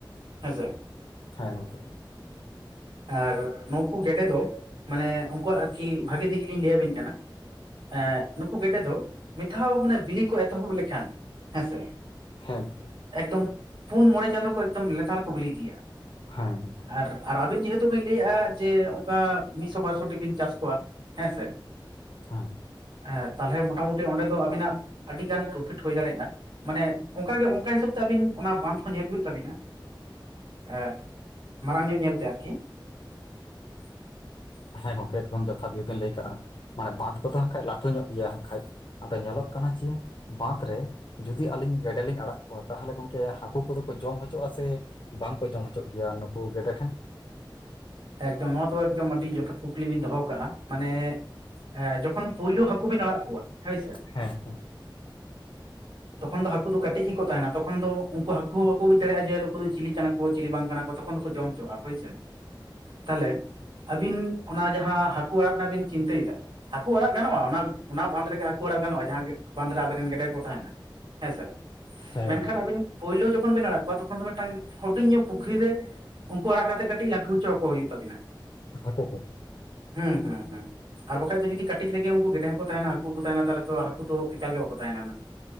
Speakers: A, on the right; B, on the left.
A: ᱦᱮᱸᱥᱮ᱾
B: ᱦᱮᱸ ᱜᱚᱝᱠᱮ᱾
A: ᱟᱨ ᱱᱩᱝᱠᱩ ᱜᱮᱰᱮ ᱫᱚ ᱢᱟᱱᱮ ᱩᱱᱠᱩᱣᱟᱜ ᱟᱨᱠᱤ ᱵᱷᱟᱜᱤ ᱫᱤᱠ ᱞᱤᱧ ᱞᱟᱹᱭᱟᱵᱤᱱ ᱠᱟᱱᱟ ᱮᱸᱜ ᱱᱩᱠᱩ ᱜᱮᱰᱮ ᱫᱚ ᱢᱤᱫ ᱫᱷᱟᱣ ᱢᱟᱱᱮ ᱵᱤᱞᱤ ᱠᱚ ᱮᱛᱚᱦᱚᱵ ᱞᱮᱠᱷᱟᱱ ᱦᱮᱸᱥᱮ᱾
B: ᱦᱮᱸ ᱜᱚᱝᱠᱮ᱾
A: ᱮᱠᱫᱚᱢ ᱯᱩᱱ ᱢᱚᱬᱮ ᱪᱟᱸᱫᱳ ᱠᱚ ᱮᱠᱫᱚᱢ ᱞᱮᱛᱟᱲ ᱨᱮᱠᱚ ᱵᱤᱞᱤ ᱤᱫᱤᱭᱟ᱾
B: ᱦᱮᱸ ᱜᱚᱝᱠᱮ᱾
A: ᱟᱨ ᱟᱨ ᱟᱹᱵᱤᱱ ᱡᱮᱦᱮᱛᱩ ᱵᱤᱱ ᱞᱟᱹᱭᱮᱫᱼᱟ ᱡᱮ ᱚᱱᱠᱟ ᱢᱤᱫᱥᱚ ᱵᱟᱨᱥᱚᱴᱤ ᱵᱤᱱ ᱪᱟᱥ ᱠᱚᱣᱟ ᱦᱮᱸᱥᱮ᱾
B: ᱦᱮᱸ᱾
A: ᱦᱮᱸ ᱛᱟᱦᱚᱞᱮ ᱢᱳᱴᱟ ᱢᱩᱴᱤ ᱚᱸᱰᱮ ᱫᱚ ᱟᱵᱤᱱᱟᱜ ᱟᱹᱰᱤᱜᱟᱱ ᱯᱨᱚᱯᱷᱤᱴ ᱦᱩᱭ ᱫᱟᱲᱮᱭᱟᱜᱼᱟ᱾ ᱢᱟᱱᱮ ᱚᱱᱠᱟᱜᱮ ᱚᱱᱠᱟ ᱦᱤᱥᱟᱹᱵ ᱛᱮ ᱟᱹᱵᱤᱱ ᱚᱱᱟ ᱵᱟᱸᱫᱷ ᱦᱚᱸ ᱧᱮᱞ ᱦᱩᱭᱩᱜ ᱛᱟᱵᱤᱱᱟ᱾ ᱮ ᱢᱟᱨᱟᱝ ᱧᱚᱜ ᱧᱮᱞ ᱛᱮ ᱟᱨᱠᱤ᱾ <inaudible>
B: ᱦᱮᱸ ᱜᱚᱝᱠᱮ ᱮᱠᱫᱚᱢ ᱡᱚᱛᱷᱟᱛ ᱜᱮᱵᱤᱱ ᱞᱟᱹᱭ ᱠᱟᱜ-ᱟ ᱢᱟᱱᱮ ᱵᱟᱸᱷ ᱠᱚᱫᱚ ᱦᱟᱸᱠᱟᱱᱡ ᱞᱟᱹᱴᱷᱩ ᱧᱚᱜ ᱜᱮᱭᱟ ᱦᱟᱸᱠᱷᱟᱡ᱾ ᱟᱫᱚ ᱧᱮᱞᱚᱜ ᱠᱟᱱᱟ ᱡᱮ ᱵᱟᱸᱫᱽᱷ ᱨᱮ ᱡᱩᱫᱤ ᱟᱹᱞᱤᱧ ᱜᱮᱰᱮ ᱞᱤᱧ ᱟᱲᱟᱜ ᱠᱚᱣᱟ ᱛᱟᱦᱚᱞᱮ ᱜᱚᱝᱠᱮ ᱦᱟᱹᱠᱩ ᱠᱚᱫᱚ ᱠᱚ ᱡᱚᱢ ᱦᱚᱪᱩᱜ ᱟᱥᱮ ᱵᱟᱝᱠᱚ ᱡᱚᱢ ᱦᱚᱪᱚᱜ ᱜᱮᱭᱟ ᱱᱩᱠᱩ ᱜᱮᱰᱮ ᱴᱷᱮᱱ?
A: ᱮᱠᱫᱚᱢ ᱱᱚᱣᱟ ᱫᱚ ᱮᱠᱫᱚᱢ ᱟᱹᱰᱤ ᱡᱚᱛᱷᱟᱛ ᱠᱩᱠᱞᱤ ᱵᱤᱱ ᱫᱚᱦᱚ ᱠᱟᱜ-ᱟ᱾ ᱢᱟᱱᱮ ᱮ ᱡᱚᱠᱷᱚᱱ ᱯᱳᱭᱞᱳ ᱦᱟᱹᱠᱩ ᱵᱤᱱ ᱟᱲᱟᱜ ᱠᱚᱣᱟ ᱦᱳᱭᱥᱮ
B: ᱦᱮᱸ
A: ᱛᱚᱠᱷᱚᱱ ᱫᱚ ᱦᱟᱹᱠᱩ ᱫᱚ ᱠᱟᱹᱴᱤᱡ ᱜᱮᱠᱚ ᱛᱟᱦᱮᱱᱟ, ᱛᱚᱠᱷᱚᱱ ᱫᱚ ᱩᱱᱠᱩ ᱦᱟᱹᱠᱩ ᱵᱩᱡᱽ ᱫᱟᱲᱮᱭᱟᱜᱼᱟ ᱡᱮ ᱱᱩᱠᱩ ᱫᱚ ᱪᱤᱠᱤ ᱠᱟᱱᱟ ᱠᱩ, ᱪᱤᱞᱤ ᱵᱟᱝ ᱠᱟᱱᱟ ᱠᱩ ᱛᱚᱠᱷᱚᱱ ᱫᱚᱠᱚ ᱡᱚᱢ ᱦᱚᱪᱣᱟᱜᱼᱟ, ᱦᱳᱭᱥᱮ᱾ ᱛᱟᱦᱞᱮ, ᱟᱹᱵᱤᱱ ᱚᱱᱟ ᱡᱟᱸᱦᱟ ᱦᱟᱹᱠᱩ ᱟᱲᱟᱜ ᱨᱮᱱᱟᱜ ᱵᱤᱱ ᱪᱤᱱᱛᱟᱹ ᱭᱮᱫᱟ ᱦᱟᱹᱠᱩ ᱟᱲᱟᱜ ᱜᱟᱱᱚᱜᱼᱟ, ᱚᱱᱟ ᱚᱱᱟ ᱵᱟᱸᱫᱽ ᱨᱮᱜᱮ ᱦᱟᱹᱠᱩ ᱟᱲᱟᱜ ᱜᱟᱱᱚᱜᱼᱟ ᱡᱟᱦᱟᱸ ᱜᱮ ᱵᱟᱸᱫᱽ ᱨᱮ ᱟᱵᱮᱱ ᱨᱮᱱ ᱜᱮᱰᱮ ᱠᱚ ᱛᱟᱸᱦᱮᱱᱟ? ᱦᱮᱸ ᱥᱮ,
B: ᱦᱮᱸ
A: ᱢᱮᱱᱠᱷᱟᱱ
B: ᱜᱚᱝᱠᱮ
A: ᱟᱹᱵᱤᱱ ᱯᱳᱭᱞᱳ ᱡᱚᱠᱷᱚᱱ ᱵᱤᱱ ᱟᱲᱟᱜ ᱠᱚᱣᱟ ᱛᱚᱠᱷᱚᱱ ᱫᱚ ᱢᱮᱫᱴᱟᱝ ᱦᱩᱰᱤᱧ ᱧᱚᱜ ᱯᱩᱠᱷᱨᱤ ᱨᱮ ᱩᱱᱠᱩ ᱟᱲᱟᱜ ᱠᱟᱛᱮ ᱠᱟᱹᱴᱤᱡ ᱞᱟᱹᱴᱷᱩ ᱦᱚᱪᱚ ᱦᱳᱭᱳᱜ ᱛᱟᱵᱤᱱᱟ᱾
B: ᱦᱟᱠᱳ ᱠᱚ᱾
A: ᱦᱩᱸ ᱦᱩᱸ ᱦᱩᱸ᱾ ᱟᱨ ᱵᱟᱠᱷᱟᱡ ᱫᱚ ᱡᱩᱫᱤ ᱠᱟᱹᱴᱤᱡ ᱨᱮᱜᱮ ᱩᱱᱠᱩ ᱜᱮᱰᱮ ᱦᱚᱸᱠᱩ ᱛᱟᱸᱦᱮᱱᱟ ᱦᱟᱹᱠᱩ ᱦᱟᱸᱠᱚ ᱛᱟᱦᱮᱱᱟ ᱛᱟᱦᱞᱮ ᱛᱚ ᱦᱟᱹᱠᱩ ᱫᱚ ᱮᱠᱟᱞ ᱜᱮ ᱵᱟᱠᱚ ᱛᱟᱸᱦᱮᱱᱟ᱾